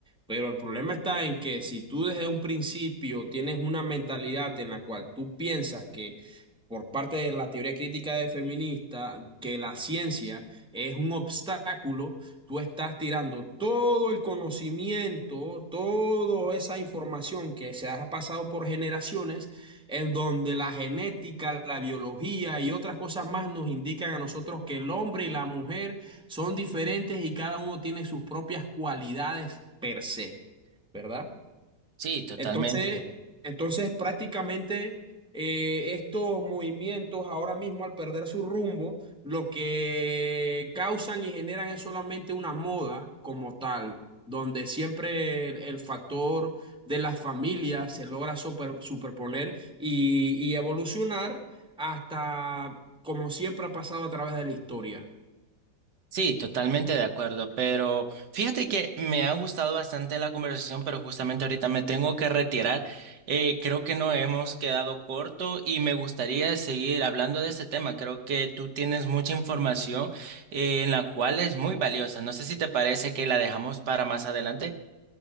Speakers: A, in the centre; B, on the right.
A: Pero el problema está en que si tú desde un principio tienes una mentalidad en la cual tú piensas que por parte de la teoría crítica de feminista que la ciencia es un obstáculo, tú estás tirando todo el conocimiento, toda esa información que se ha pasado por generaciones, en donde la genética, la biología y otras cosas más nos indican a nosotros que el hombre y la mujer son diferentes y cada uno tiene sus propias cualidades per se, ¿verdad?
B: Sí, totalmente.
A: Entonces, entonces prácticamente eh, estos movimientos ahora mismo al perder su rumbo, lo que causan y generan es solamente una moda como tal, donde siempre el, el factor de la familia se logra super- superponer y, y evolucionar hasta como siempre ha pasado a través de la historia.
B: Sí, totalmente de acuerdo, pero fíjate que me ha gustado bastante la conversación, pero justamente ahorita me tengo que retirar. Eh, creo que nos hemos quedado corto y me gustaría seguir hablando de este tema. Creo que tú tienes mucha información eh, en la cual es muy valiosa. No sé si te parece que la dejamos para más adelante.